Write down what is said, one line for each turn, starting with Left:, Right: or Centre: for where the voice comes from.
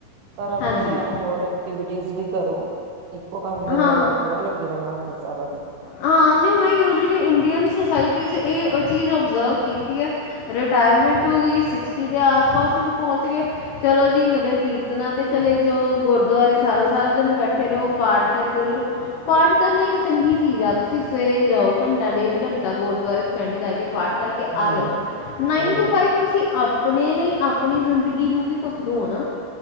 Right: ਪਰ ਆਪਣੇ
Left: ਹਾਂਜੀ
Right: ਹੋਰ- ਵੀ ਕਰੋ ਇਕੋ ਕਮ ਦੇ
Left: ਹਾਂ
Right: ਮਗਰ ਥੋੜਾ ਲਗੇ ਰਹਿਣਾ ਹੁੰਦਾ ਸਾਰਾ ਦਿਨ-
Left: ਹਾਂ ਨਹੀ ਮੈ ਯੂਜਲੀ ਇੰਡੀਅਨ ਸੋਸਾਇਟੀ 'ਚ ਇਹ ਚੀਜ਼ ਓਬਜ਼ਰਵ ਕੀਤੀ ਹੈ। ਰਿਟਾਇਰਮੈਂਟ ਹੋ ਗਈ ਸਿਕਸਟੀ ਦੇ ਆਸ ਪਾਸ ਤੁਸੀਂ ਪਹੁੰਚ ਗਏ- ਚਲੋ ਜੀ ਨਗਰ ਕੀਰਤਨਾਂ ਤੇ ਚਲੇ ਜੋ ਗੁਰਦੁਆਰੇ ਸਾਰਾ ਸਾਰਾ ਦਿਨ ਬੈਠੇ ਰਹੋ ਪਾਠ- ਕਰਦੇ ਰਹੋ ਪਾਠ ਕਰਨਾ ਇਕ ਚੰਗੀ- ਠੀਕ ਆ ਤੁਸੀਂ ਸਵੇਰੇ ਜਾਓ ਘੰਟਾ ਡੇਢ ਘੰਟਾ ਗੁਰਦੁਆਰੇ ਸਪੈਂਡ ਕਰਕੇ ਪਾਠ- ਕਰਕੇ
Right: ਹੂੰ,
Left: ਆ ਜਾਓ ਨਾਈਨ
Right: ਹੂੰ,
Left: ਟੂ ਫਾਈਵ ਤੁਸੀਂ ਆਪਣੇ ਲਈ ਆਪ- ਆਪਣੀ ਜ਼ਿੰਦਗੀ ਨੂੰ ਵੀ ਕੁੱਛ ਦੋ ਨਾ